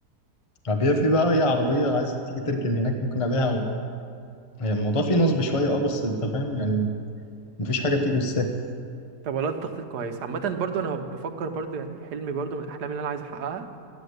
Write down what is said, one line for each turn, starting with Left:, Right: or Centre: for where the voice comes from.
Left: أبيع في بقى أي عربية عايز تيجي تركن هناك ممكن أبيعها و... يعني الموضوع فيه نصب شوية أه بس أنت فاهم يعني مفيش حاجة بتيجي بالسهل
Right: طب والله ده تخطيط كويس عامة برضو أنا بفكر برضو يعني حلمي برضو من الأحلام اللي أنا عايز أحققها